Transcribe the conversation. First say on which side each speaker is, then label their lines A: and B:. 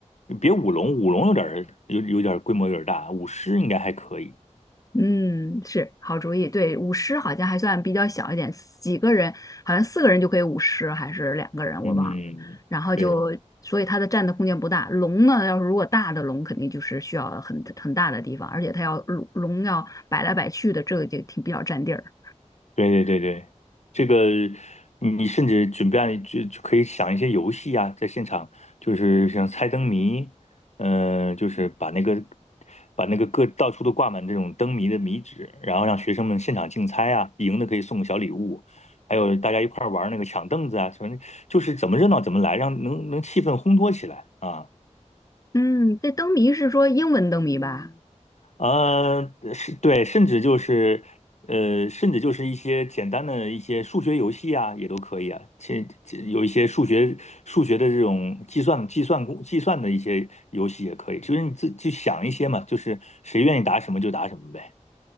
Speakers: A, on the left; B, on the left.
A: 别舞龙，舞龙有点儿有有点儿规模有点儿大，舞狮应该还可以。
B: 嗯，是好主意。对，舞狮好像还算比较小一点，几个人好像四个人就可以舞狮，还是两个人我忘了。
A: 嗯，
B: 然后就所以它的占的空间不大。
A: 对，
B: 龙呢，要是如果大的龙，肯定就是需要很很大的地方，而且它要龙龙要摆来摆去的，这个就挺比较占地儿。
A: 对对对对，这个你甚至准备就就可以想一些游戏啊，在现场就是像猜灯谜，嗯、就是把那个把那个各到处都挂满这种灯谜的谜纸，然后让学生们现场竞猜啊，赢的可以送个小礼物，还有大家一块儿玩那个抢凳子啊，什么就是怎么热闹怎么来，让能能气氛烘托起来啊。
B: 嗯，这灯谜是说英文灯谜吧？
A: 呃，是对，甚至就是，呃，甚至就是一些简单的一些数学游戏啊，也都可以啊。现有一些数学数学的这种计算、计算工、计算的一些游戏也可以，就是你自己去想一些嘛，就是谁愿意答什么就答什么呗。